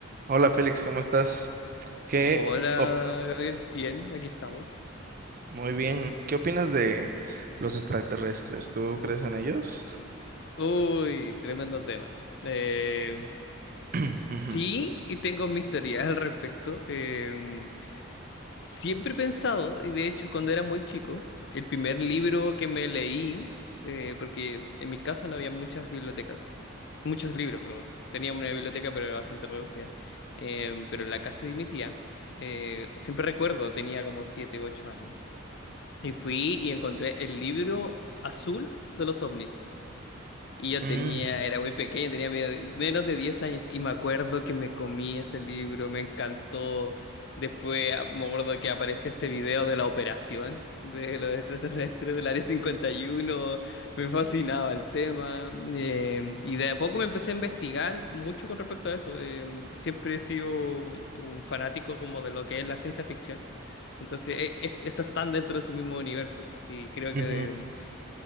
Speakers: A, on the right (about 45°); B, on the left (about 55°).
A: Hola Félix, ¿cómo estás? ¿Qué
B: Hola,
A: op-
B: Gabriel. Bien, aquí estamos.
A: muy bien. ¿Qué opinas de los extraterrestres? ¿Tú crees en ellos?
B: Uy, tremendo tema. Eh,
A: <clears throat>
B: sí,
A: Ujú,
B: y tengo mis teorías al respecto. Eh, siempre he pensado, y de hecho cuando era muy chico, el primer libro que me leí, eh, porque en mi casa no había muchas bibliotecas, muchos libros, perdón. Tenía una biblioteca, pero era bastante reducida. Eh, pero en la casa de mi tía, eh, siempre recuerdo, tenía como siete, ocho años. Y fui y encontré el libro azul de los ovnis. Y yo
A: mm,
B: tenía, era muy pequeño, tenía medio- menos de 10 años. Y me acuerdo que me comí ese libro, me encantó. Después ah, me acuerdo que apareció este video de la operación de los extraterrestres del Área cincuenta y uno Me fascinaba el tema. em, y de a poco me empecé a investigar mucho con respecto a eso. em, siempre he sido un, un fanático como de lo que es la ciencia ficción. Entonces, e- est- estos están dentro de ese mismo universo. Y creo
A: ujú,
B: que em,